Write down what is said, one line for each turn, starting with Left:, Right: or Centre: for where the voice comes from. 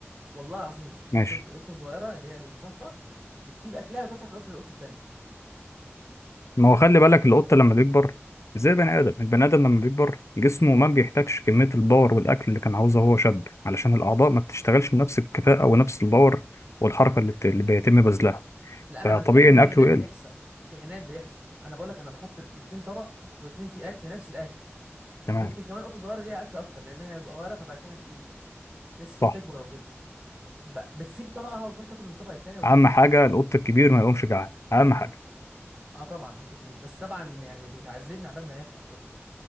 Right: والله العظيم
Left: ماشي
Right: القطه القطه الصغيره اللي هي الصفراء بتسيب اكلها وتروح تاكل اكل القطه التانيه
Left: ما
Right: ما
Left: هو خلي بالك القطة لما بيكبر زي البني آدم البني آدم لما بيكبر جسمه ما بيحتاجش كمية الباور والأكل اللي كان عاوزها وهو شاب علشان الأعضاء ما بتشتغلش بنفس الكفاءة ونفس الباور والحركة اللي, بت... اللي بيتم بذلها
Right: لا انا
Left: فطبيعي
Right: بتكلم ان
Left: إن
Right: في
Left: أكله
Right: عناد
Left: يقل
Right: بيحصل في عناد بيحصل انا بقول لك انا بحط الاتنين طبق واتنين فيه اكل نفس الاكل
Left: تمام
Right: ويمكن كمان قطه صغيره ليها اكل اكتر لانها صغيره فباكلها كتير لسه عشان
Left: صح
Right: تكبر وكده ب... بتسيب طبقها وتروح تاكل من الطبق التاني وترخم
Left: أهم حاجة
Right: عليه
Left: القط الكبير ما يقومش جعان أهم حاجة
Right: اه طبعا قطه كبير بس طبعا يعني بتعذبني عبال ما ياكل على فكره